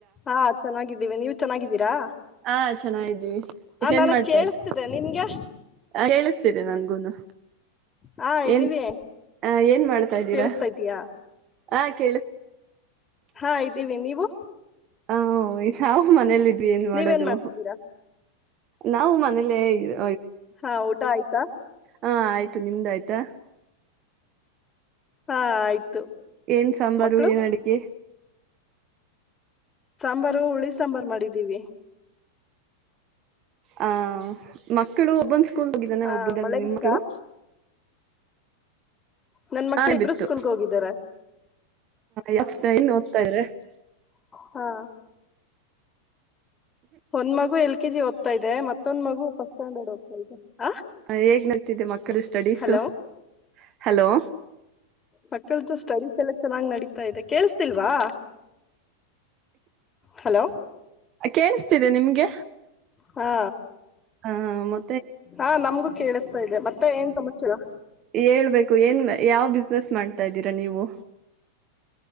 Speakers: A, on the left; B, on the right.
A: ಹಾ ಚೆನ್ನಾಗಿದ್ದೀವಿ ನೀವು ಚೆನ್ನಾಗಿದ್ದೀರಾ.
B: ಹಾ ಚೆನ್ನಾಗಿದ್ದೀವಿ
A: ಆ
B: ಹೆನ್
A: ನನಗ್
B: ಮಾಡ್ತಾ
A: ಕೇಳಿಸ್ತಿದೆ
B: ಇದ್.
A: ನಿಮ್ಗೆ
B: ಕೇಳುಸ್ತಿದೆ ನನ್ಗೂನು.
A: ಹಾ ಇದೀವಿ
B: ಏನ್ ಹ ಏನ್ ಮಾಡ್ತಾ ಇದ್ದೀರಾ
A: ಕೇಳಿಸ್ತಾ ಇದೀಯಾ
B: ಆ ಕೇಳ
A: ಹಾ ಇದ್ದೀವಿ ನೀವು.
B: ಹ ಈ ಯಾವ್ ಮನೆಲಿ ಏನ್ ಮಾಡೋದು.
A: ನೀವೇನ್ ಮಾಡ್ತಿದ್ದೀರಾ
B: ನಾವು ಮನೇಲೆ ಇ
A: ಹಾ ಊಟ ಆಯ್ತಾ.
B: ಹಾ ಆಯ್ತು ನಿಮ್ದ ಆಯ್ತಾ.
A: ಹಾ ಆಯ್ತು.
B: ಏನ್ ಸಾಂಬಾರು
A: ಮಕ್ಕಳು
B: ಏನ್ ಅಡಿಗೆ.
A: ಸಾಂಬಾರು ಹುಳಿ ಸಾಂಬರ್ ಮಾಡಿದೀವಿ.
B: ಆ ಮ ಮಕ್ಕಳು ಒಬ್ಬೊನ್ ಸ್ಕೂಲ್ ಹೋಗಿದ್ದಾನೆ
A: ಆ
B: ಒಬ್ಬ <inaudible>
A: ಮಳೆ
B: ನಿಮ್ಮ
A: ಬಿತ್ತಾ
B: ಮಕ್ಳು.
A: ನನ್ ಮಕ್ಳ
B: ಆನೆ
A: ಇಬ್ರು
B: ಬಿತ್ತು
A: ಸ್ಕೂಲ್ಗ ಹೋಗಿದಾರೆ.
B: ಯಾವ <inaudible>
A: ಹಾ ಒಂದ್ ಮಗು ಎಲ್. ಕೆಜಿ ಓದ್ತಾ ಇದೆ ಮತ್ತೊಂದಮಗು ಪಾಸ್ಟ್ ಸ್ಟ್ಯಾಂಡರ್ಡ್ ಹೋಗ್ತ ಇದೆ. ಆ
B: ಹ ಹೇಗ್ <inaudible> ಮಕ್ಳು ಸ್ಟಡೀಸು.
A: Hello
B: hello.
A: ಮಕ್ಕಳ್ದ ಸ್ಟಡೀಸ್ ಎಲ್ಲ ಚೆನ್ನಾಗಿ ನಡೀತಾ ಇದೆ ಕೇಳಸ ತಿಲ್ವಾ. ಹಲೋ.
B: ಕೇಳಿಸ್ತಿದೆ ನಿಮ್ಗೆ.
A: ಹಾ.
B: ಹಾ ಮ
A: ಹಾ ನಮ್ಗೂ ಕೇಳಿಸ್ತಾ ಇದೆ ಮತ್ತೆ ಏನ್ ಸಮಾಚಾರಾ.
B: ಹೇಳ್ಬೇಕು ಏನ್ ಯಾವ್ ಬಿಸ್ನೆಸ್ ಮಾಡ್ತಾ ಇದ್ದೀರಾ ನೀವು.